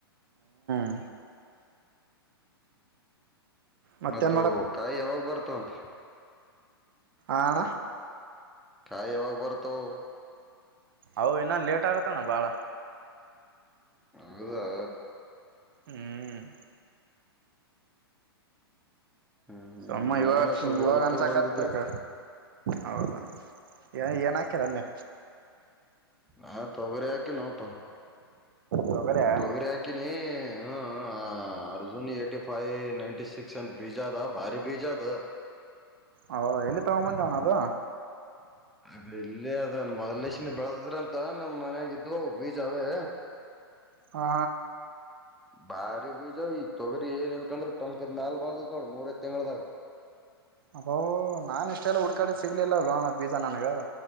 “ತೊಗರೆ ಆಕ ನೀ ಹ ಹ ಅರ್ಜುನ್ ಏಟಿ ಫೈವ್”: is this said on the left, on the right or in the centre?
Centre